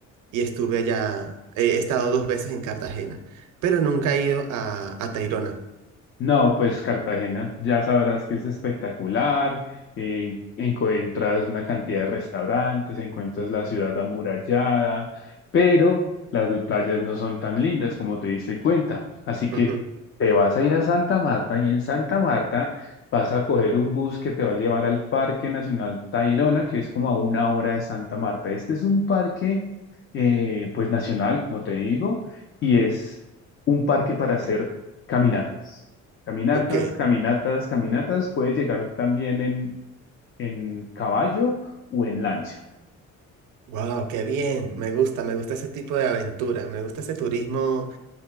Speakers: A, on the right; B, on the left.
A: y estuve allá, he estado dos veces en Cartagena, pero nunca he ido a, a Tayrona.
B: No, pues Cartagena ya sabrás que es espectacular, eh, encuentras una cantidad de restaurantes, encuentras la ciudad amurallada, pero las playas no son tan lindas como te diste cuenta. Así que
A: Ujú.
B: te vas a ir a Santa Marta y en Santa Marta vas a coger un bus que te va a llevar al Parque Nacional Tayrona, que es como a una hora de Santa Marta. Este es un parque, eh, pues nacional, como te digo, y es un parque para hacer caminatas. Caminatas,
A: Ok,
B: caminatas, caminatas. Puedes llegar también en, en caballo o en lancha.
A: wow, qué bien, me gusta, me gusta ese tipo de aventura, me gusta ese turismo